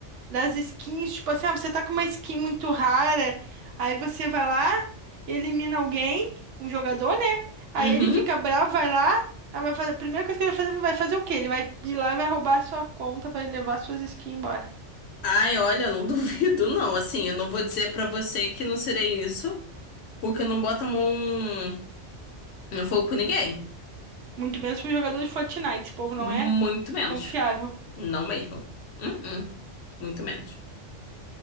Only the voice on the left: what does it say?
Uhum.
Ai, olha, eu não <laughs> duvido, não. Assim, eu não vou dizer pra você que não serei isso, porque eu não boto a mão no fogo por ninguém.
Muito
menos.
Não mesmo. Uhum. Muito menos.